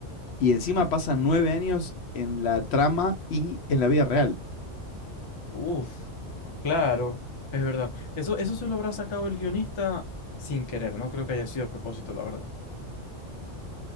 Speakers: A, on the left (about 65°); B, on the left (about 35°).
A: Y encima pasan nueve años en la trama y en la vida real.
B: Uf, claro, es verdad. Eso, eso se lo habrá sacado el guionista sin querer, no creo que haya sido a propósito, la verdad.